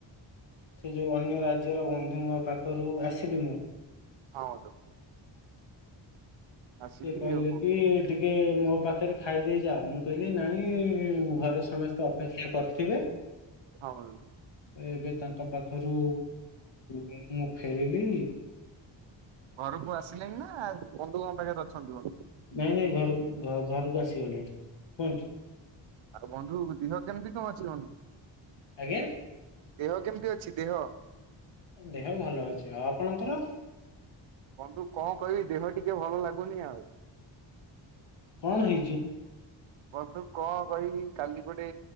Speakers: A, on the left; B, on the right.
A: ସେ ଯୋଉ ଅନ୍ୟ ରାଜ୍ୟର ବନ୍ଧୁଙ୍କ ପାଖରୁ ଆସିଲି ମୁଁ।
B: ହଁ ବନ୍ଧୁ। ଆସିକି
A: ସିଏ କହିଲେ
B: ହଁ
A: କି ଟି ଟିକେ ମୋ ପାଖରେ ଖାଇଦେଇ ଯାଅ ମୁଁ କହିଲି ନାଇଁ ଘରେ ସମସ୍ତେ ଅପେକ୍ଷା କରିଥିବେ।
B: <unintelligible>
A: ଏବେ ତାଙ୍କ ପାଖରୁ ମୁଁ ଫେରିଲି।
B: ଘରକୁ ଆସିଲେଣିି ନା ବନ୍ଧୁଙ୍କ ପାଖରେ ଅଛନ୍ତି?
A: ନାଇଁ ନାଇଁ ଘରୁ ଘରୁକୁ ଆସିଗଲିଣି କୁହନ୍ତୁ।
B: ଆଉ ବନ୍ଧୁ ଦିହ କେମିତି କଁ ଅଛି ବନ୍ଧୁ,
A: ଆଜ୍ଞା
B: ଦେହ କେମିତି ଅଛି ଦେହ।
A: ଦେହ ଭଲ ଅଛି ଆଉ ଆପଣଙ୍କର?
B: ବନ୍ଧୁ କଁ କହିବି ଦେହ ଟିକେ ଭଲ ଲାଗୁନି ଆଉ।
A: କଣ ହେଇଚି?
B: ବନ୍ଧୁ କଁ କହିବି କାଲି ଗୋଟେ